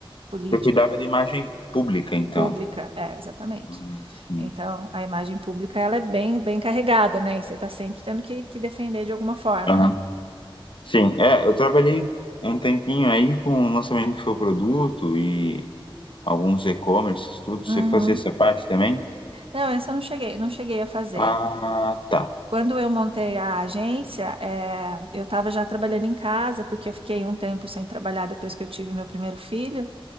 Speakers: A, on the right (about 75°); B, on the left (about 65°).
A: político,
B: Você cuidava da imagem pública, então.
A: pública, é, exatamente.
B: Uhum, Sim.
A: Então, a imagem pública, ela é bem, bem carregada, né? E você está sempre tendo que, que defender de alguma forma,
B: Aham.
A: né?
B: Sim, é, eu trabalhei um tempinho aí com o lançamento de infoproduto e alguns e-commerces, tudo.
A: Uhum.
B: Você fazia essa parte também?
A: Não, essa eu não cheguei, não cheguei a fazer.
B: Ah, tá.
A: Quando eu montei a agência, eh, eu estava já trabalhando em casa, porque eu fiquei um tempo sem trabalhar depois que eu tive meu primeiro filho.